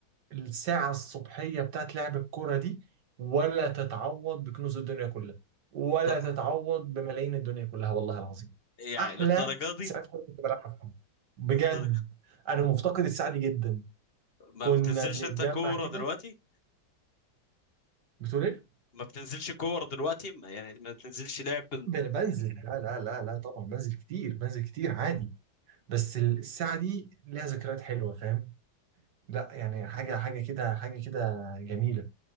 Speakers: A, on the right; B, on the left.
A: الساعة الصبحية بتاعت لعب الكورة دي ولا تتعوض بكنوز الدنيا كلها ولا
B: ط-
A: تتعوض بملايين الدنيا كلها والله العظيم
B: يعني
A: أحلى
B: للدرجه دي
A: ساعة كورة كنت بلعبها في حياتي. بجد
B: للدرجة.
A: أنا مفتقد الساعة دي جدا
B: ما
A: كنا
B: بتنزلش
A: بنتجمع
B: انت كوره
A: كده
B: دلوقتي
A: بتقول إيه؟
B: ما بتنزلش كوره دلوقتي ما- يعني ما بتنزلش لعب
A: بن- بنزل لا لا لا لا طبعا بنزل كتير بنزل كتير عادي بس الساعة دي ليها ذكريات حلوة فاهم؟ لا يعني حاجة حاجة كده حاجة كده جميلة